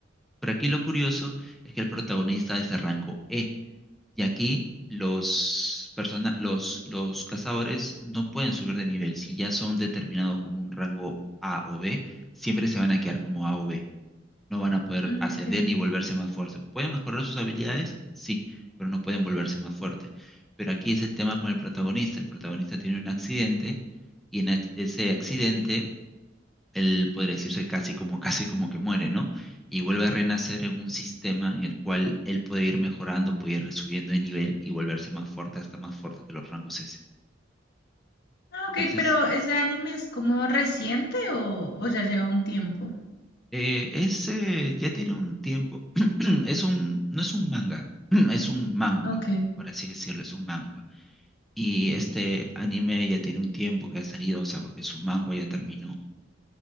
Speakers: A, in the centre; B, on the left (about 60°).
A: Pero aquí lo curioso es que el protagonista es de rango E y aquí los, persona- los, los cazadores no pueden subir de nivel. Si ya son determinados como un rango A o B, siempre se van a quedar como A o B no van a poder
B: Mm,
A: ascender
B: ok.
A: ni volverse más fuertes. Pueden mejorar sus habilidades, sí, pero no pueden volverse más fuertes. Pero aquí es el tema con el protagonista. El protagonista tiene un accidente y en ac- ese accidente él podría decirse casi como <laughs> casi como que muere, ¿no? Y vuelve a renacer en un sistema en el cual él puede ir mejorando, puede ir subiendo de nivel y volverse más fuerte, hasta más fuerte que los rangos S.
B: Ah,
A: Entonces,
B: ok, pero ¿ese anime es como reciente o, o ya lleva un tiempo?
A: Eh, ese ya tiene un tiempo. <clears throat> Es un, no es un manga, <clears throat> es un mangua,
B: Ok.
A: por así decirlo, es un mangua. Y este anime ya tiene un tiempo que ha salido, o sea, porque su mangua ya terminó